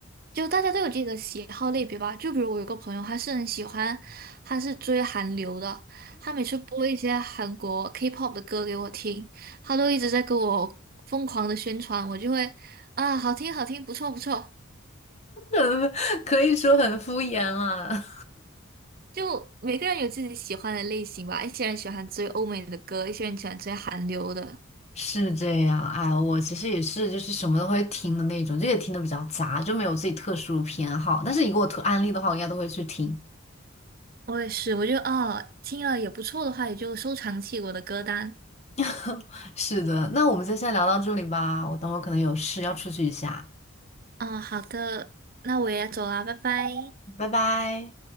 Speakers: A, on the right (about 45°); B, on the left (about 30°).
A: 就大家都有自己的喜好类别吧。就比如我有个朋友，他是很喜欢，他是追韩流的，他每次播一些韩国 K-pop 的歌给我听，他都一直在给我疯狂的宣传，我就会啊，好听好听，不错不错。
B: 嗯，可以说很敷衍了。
A: 就每个人有自己喜欢的类型吧，一些人喜欢追欧美的歌，一些人喜欢追韩流的。
B: <laughs> 是这样，哎，我其实也是，就是什么都会听的那种，就也听的比较杂，就没有自己特殊偏好。但是你给我推安利的话，我应该都会去听。
A: 我也是，我就啊，听了也不错的话，也就收藏起我的歌单。
B: <laughs> 是的，那我们就先聊到这里吧，我等会儿可能有事要出去一下，
A: 啊，好的，那我也走啦，拜拜。
B: 拜拜。